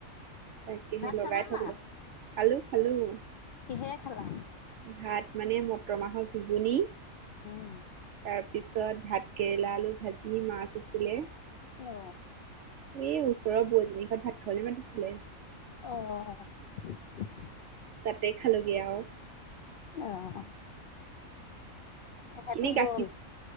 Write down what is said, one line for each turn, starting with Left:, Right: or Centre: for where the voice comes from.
Right: তাকে সেই
Left: ভাত
Right: লগাই
Left: খালা
Right: থাকিলো।
Left: না
Right: খালোঁ, খালোঁ।
Left: কিহে খালা?
Right: ভাত মানে মটৰ মাহৰ ঘুগুনি,
Left: উম
Right: তাৰপিছত ভাত কেৰেলা, আলু ভাজি, মাছ। পছিলে এ
Left: অ
Right: ওচৰৰ বোৱাৰজনী ঘত ভাত খাবলৈ মাতিছিলে।
Left: অ অ <inaudible>
Right: তাতে খালগে আৰু।
Left: আহ। ওহাতি
Right: এনেই গাখীৰ
Left: গ'ল।